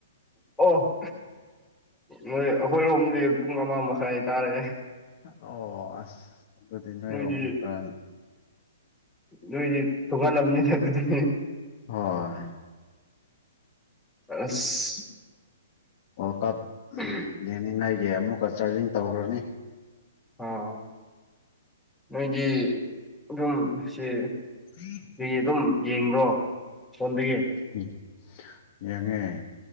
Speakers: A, in the centre; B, on the left.
A: ꯑꯣ ꯅꯣꯏ ꯑꯩꯈꯣꯏꯔꯣꯝꯗꯤ ꯄꯨꯡ ꯑꯃ ꯃꯈꯥꯏ ꯇꯥꯔꯦ
B: ꯑꯣ ꯑꯁ ꯑꯗꯨꯗꯤ ꯅꯣꯏꯔꯣꯝꯗ
A: ꯅꯣꯏꯗꯤ
B: ꯈꯔ
A: ꯅꯣꯏꯗꯤ ꯊꯣꯉꯥꯟꯂꯝꯅꯤ ꯑꯗꯨꯗꯤ
B: ꯍꯣꯏ
A: ꯑꯁ
B: ꯑꯣ ꯀꯞ
A: <unintelligible>
B: ꯌꯦꯡꯅꯤꯡꯉꯥꯏꯒꯤ ꯑꯃꯨꯛꯀ ꯆꯥꯔꯖꯤꯡ ꯇꯧꯈ꯭ꯔꯅꯤ
A: ꯑꯣ ꯅꯣꯏꯗꯤ ꯑꯗꯨꯝ ꯁ‌ꯦ
B: ꯎ <unintelligible>
A: ꯑꯩ ꯑꯗꯨꯝ ꯌꯦꯡꯕ꯭ꯔꯣ ꯐꯣꯟꯗꯒꯤ
B: ꯑꯝ ꯌꯦꯡꯉꯦ